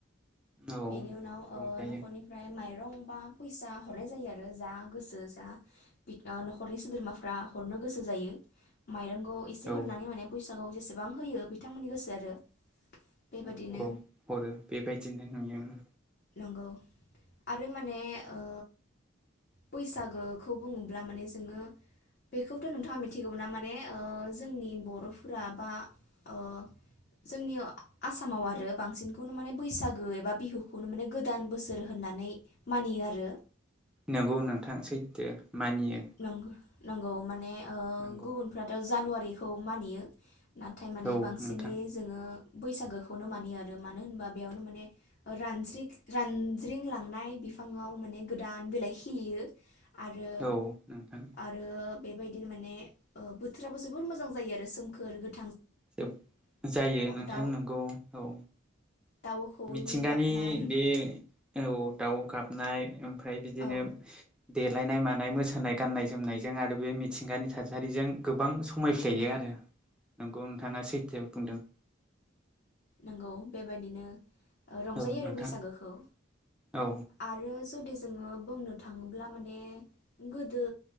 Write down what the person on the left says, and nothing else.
बेनि उनाव ओ
न'खरनिफ्राय माइरं बा फैसा हरनाय जायो आरो जा गोसो जा नखरनि सोद्रोमाफ्रा हरनो गोसो जायो माइरं। खौ एसे
हरनानै माने फैसा <unintelligible> जेसेबां होयो बिथांमोननि गोसो आरो। बेबादिनो
नंगौ। आरो माने ओ बैसागोखौ बुङोब्ला माने जोङो बेखौथ' नोंथाङा मिथिगौमोन ना माने जोंनि बर'फोरा बा ओ जोंनि आसामाव आरो बांसिनखौनो माने बैसागो एबा बिहु <unintelligible> माने गोदान बोसोर होननानै मानियो आरो।
नंगौ नंगौ माने ओ
गुबुनफ्राथ' जानुवारि बेैखौ मानियो। नाथाय माने
बांसिनै
जोङो बैसागोखौनो मानियो आरो मानो होनबा बेयावनो माने रानज्रि रानज्रिं लांनाय बिफाङाव माने गोदान बिलाइ खिलियो। आरो।
आरो बेबायदिनो माने बोथोराबो जोबोर मोजां जायो आरो सोमखोर गोथ
दाउ
दाउखौनि
गाबनाय
औ
नंगौ बेबादिनो ओ रंजायो
आरो बैसागोखौ
आरो ज जोङो बुंनो थाङोब्ला माने गोदो